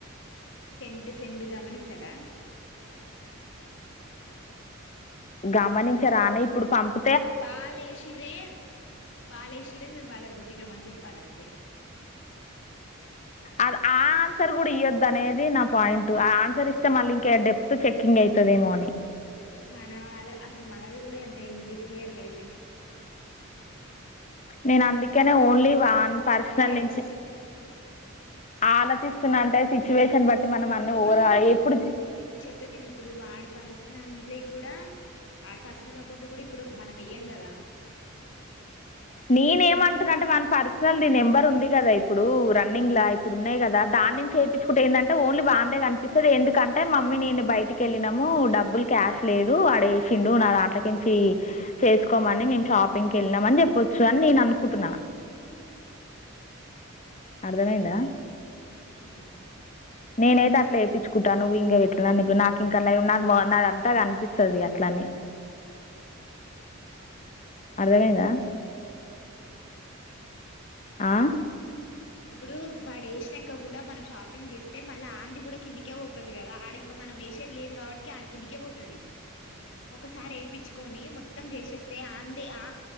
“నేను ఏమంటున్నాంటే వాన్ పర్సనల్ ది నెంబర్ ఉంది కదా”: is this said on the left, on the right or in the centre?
Left